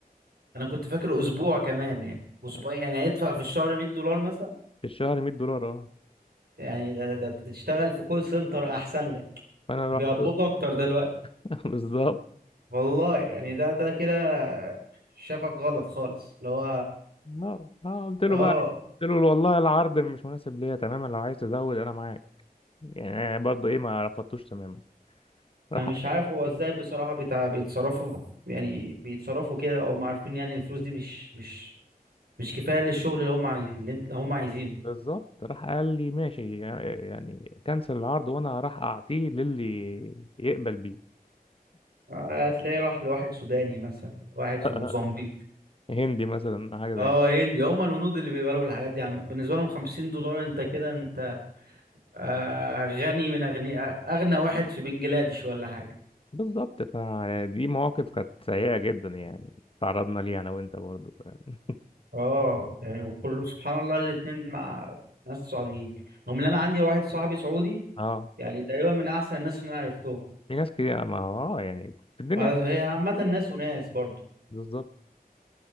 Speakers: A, on the right; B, on the left.
A: انا كنت فاكر اسبوع كمان يعني اسبوعين
B: يعني
A: يعني هيدفع في الشهر 100 دولار مثلا
B: في الشهر 100 دولار اه
A: يعني ده ده تشتغل في كول سنتر احسن لك
B: فانا
A: بيقبضوا
B: رحت
A: اكتر دلوقتي
B: <laughs> بالظبط
A: والله يعني ده ده كده شافك غلط خالص اللي هو
B: اه آه، قلت له
A: اه
B: بقى قلت له والله العرض مش مناسب ليا تماما لو عايز تزود انا معاك يعني أنا برضه ايه ما رفضتوش تماما راح
A: انا مش عارف هو ازاي بصراحة بيتع... بيتصرفوا يعني بيتصرفوا كده او هم عارفين يعني الفلوس دي مش مش مش كفاية للشغل اللي هم عايز... اللي انت- هم عايزينه
B: بالظبط راح قال لي ماشي يعني كنسل العرض وانا راح اعطيه للي يقبل بيه
A: هتلاقيه راح لواحد سوداني مثلا لواحد
B: <laughs>
A: في موزمبيق
B: هندي مثلا حاجه زي
A: اه
B: كده
A: هندي هم الهنود اللي بيقبلوا بالحاجات دي عم بالنسبة لهم 50 دولار انت كده انت آه، غني من أغنياء أغنى واحد في بنجلاديش ولا حاجة
B: بالظبط فدي مواقف كانت سيئه جدا يعني تعرضنا ليها انا وانت برضه فاهم
A: اه يعني وكله سبحان الله الاتنين مع ناس سعوديين رغم ان انا عندي واحد صاحبي سعودي
B: اه
A: يعني تقريبا من احسن الناس اللي انا عرفتهم
B: في ناس كتير ما هو اه يعني في الدنيا
A: آه، هي عامة ناس وناس برضه
B: بالظبط